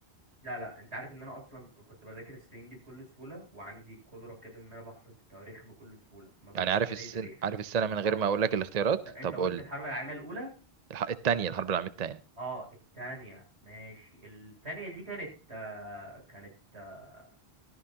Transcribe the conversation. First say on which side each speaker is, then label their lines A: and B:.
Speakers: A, on the right (about 80°); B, on the right (about 45°).
A: لا لا انت عارف ان انا اصلا كنت بذاكر السنين دي بكل سهوله وعندي قدره كده ان انا بحفظ التواريخ بكل سهوله ما بنساش
B: يعني عارف
A: اي
B: السن
A: تاريخ
B: عارف السنة من غير
A: اه
B: ما
A: طبعا
B: اقول لك الاختيارات
A: انت انت
B: طب
A: قلت
B: قول لي
A: الحرب العالميه الاولى
B: الح- التانية الحرب العالمية التانية
A: اه التانية ماشي التانية دي كانت آه، كانت آه،